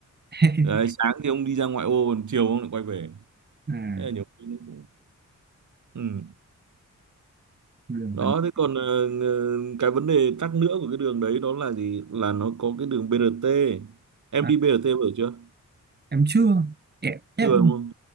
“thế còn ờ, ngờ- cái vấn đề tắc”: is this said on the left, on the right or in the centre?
Right